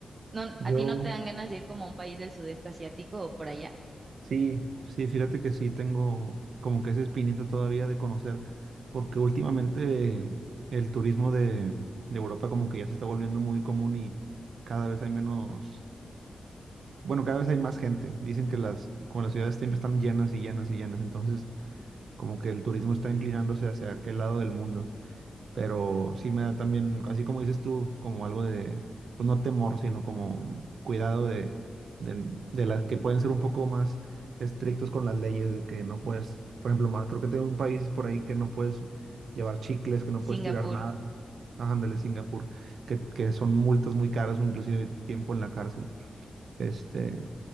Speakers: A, on the right (about 35°); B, on the right (about 80°).
A: No,
B: Yo,
A: ¿a ti no te dan ganas de ir como a un país del sudeste asiático o por allá?
B: Sí, sí, fíjate que sí tengo como que esa espinita todavía de conocer, porque últimamente el turismo de, de Europa como que ya se está volviendo muy común y cada vez hay menos, bueno, cada vez hay más gente. Dicen que las, como las ciudades siempre están llenas y llenas y llenas, entonces como que el turismo está inclinándose hacia aquel lado del mundo. Pero sí me da también, así como dices tú, como algo de, pues no temor, sino como cuidado de, de, de las que pueden ser un poco más estrictos con las leyes, de que no puedes, por ejemplo, más, creo que tengo un país por ahí que no puedes llevar chicles, que no
A: Singapur.
B: puedes tirar nada. ¿no? Ajá, Ándale, Singapur, que, que son multas muy caras o inclusive tiempo en la cárcel. Este,